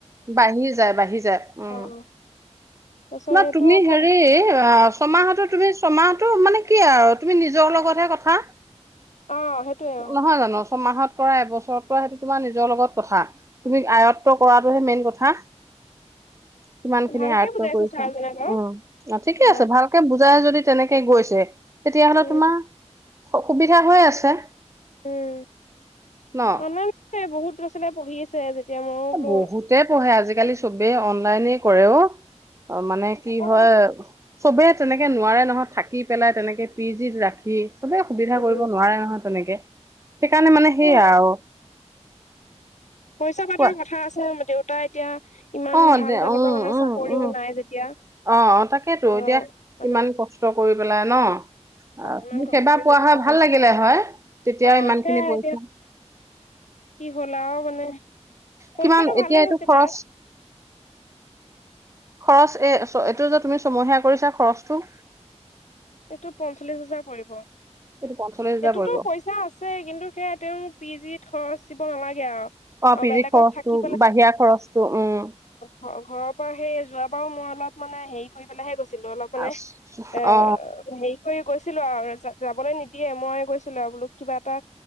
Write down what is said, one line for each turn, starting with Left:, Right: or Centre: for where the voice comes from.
Right: বাঢ়ি যায় বাঢ়ি যায় উম
Left: অ তাৰপিছত
Right: ন
Left: এইটো
Right: তুমি
Left: আকৌ
Right: হেৰি অ ছমাহতো তুমি ছমাহ টো মানে কি আৰু তুমি নিজৰ লগতহে কথা
Left: অ সেইটোয়ে অ
Right: নহয় জানো ছমাহত কৰা এবছৰত কৰা সেইটো তোমাৰ নিজৰ লগত কথা তুমি আয়ত্ব কৰা টোহে মেইন কথা কিমান খিনি
Left: ভালকে
Right: আয়ত্ত
Left: বুজাইছে
Right: কৰিছা
Left: ছাৰজনে বাৰু
Right: উম, ঠিকে
Left: অ
Right: আছে ভালকে বুজাই যদি তেনেকেই গৈছে। তেতিয়াহ'লে
Left: উম
Right: তোমাৰ সু-সুবিধা হৈ আছে।
Left: উম,
Right: ন
Left: অ', নাই নাই বহুত ছিলে পঢ়ি আছে যেতিয়া মইও বোলো
Right: বহুতে পঢ়ে আজিকালিচ চবে অন লাইনে কৰে অ'। অ', মানে কি
Left: অ
Right: হয় চবে তেনেকে নোৱাৰে নহয় থাকি পেলাই, তেনেকে পি জি ত ৰাখি। চবেই সুবিধা
Left: উম
Right: কৰিব নোৱাৰে নহয় তেনেকে। সেইকাৰণে মানে
Left: সেইয়াই
Right: সেইয়া আৰু।
Left: পইচা পাতিৰো
Right: কোৱা
Left: কথা আছে, মো দেইত তই এতিয়া ইমান
Right: অ'
Left: ভাল
Right: দে,
Left: তেনেকুৱা
Right: অ',
Left: মানে
Right: অ',
Left: চাকৰিও
Right: অ',
Left: নাই যেতিয়া
Right: অ', অ' তাকেইতো,
Left: অ
Right: এতিয়া
Left: মানে
Right: ইমান কষ্ট কৰি পেলাই ন'? অ',
Left: ইমান
Right: তুমি
Left: কষ্ট
Right: সেইবাৰ
Left: কৰি
Right: পোৱা
Left: যেতিয়া
Right: হয়
Left: পঢ়াইছিলে
Right: ভাল লাগিলে হয়, তেতিয়াও
Left: অ
Right: ইমান
Left: সেয়াই
Right: খিনি পইচা
Left: এতিয়া কি হ'ল আৰু মানে পৰীক্ষাটো
Right: কিমান, এতিয়া
Left: ভালেই
Right: এইটো
Left: হৈছিলে
Right: খৰচ? খৰচ, এ-ছ-এইটো যে তুমি ছমহীয়া কৰিছা খৰচটো?
Left: এইটো পঞ্চল্লিশ হাজাৰ পৰিব।
Right: এইটো পঞ্চল্লিশ হাজাৰ
Left: এইটোতো
Right: পৰিব
Left: পইচা আছে, কিন্তু সেয়া তেওঁ পি জি ত খৰচ দিব নালাগে আৰু।
Right: অ', পিজিত
Left: বেলেগত
Right: খৰচটো,
Left: থাকি
Right: বাহিৰা খৰচটো, উম।
Left: ঘৰ-ঘৰৰ পৰা সেই যোৱবাৰো মই অলপ মানে হেৰি কৰি পেলাইহে গৈছো। ছিলো অলপ মানে,
Right: আছ-
Left: এ
Right: অ
Left: হেৰি কৰি গৈছিলো আৰু, যাবলৈ নিদিয়ে, মই গৈছিলো আৰু বোলো, কিবা এটা